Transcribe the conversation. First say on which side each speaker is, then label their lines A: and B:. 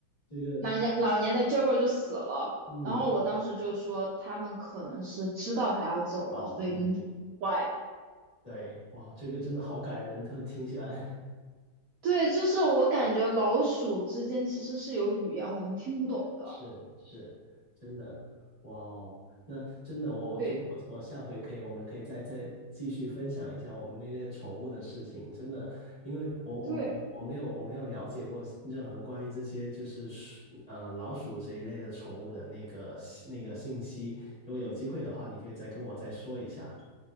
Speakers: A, on the left; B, on the right.
A: 这个，
B: 老年老年的 g e b 就死了。
A: 嗯，
B: 然后我当时就说，他们可能是知道他要走了，
A: 好，
B: 所以领主坏。
A: 嗯，对，哇，这个真的好感人，突然听起来。
B: 对，就是我感觉老鼠之间其实是有语言我们听不懂的。
A: 是是，真的，哇哦，那真的，我我觉得我我下回可以，
B: 对
A: 我们可以再再继续分享一下我们那些宠物的事情，真的，因为我我我我没有我没有了解过任何关于这些就是鼠呃老鼠这一类的宠物的那个那个信息，
B: 对，
A: 如果有机会的话，你可以再跟我再说一下。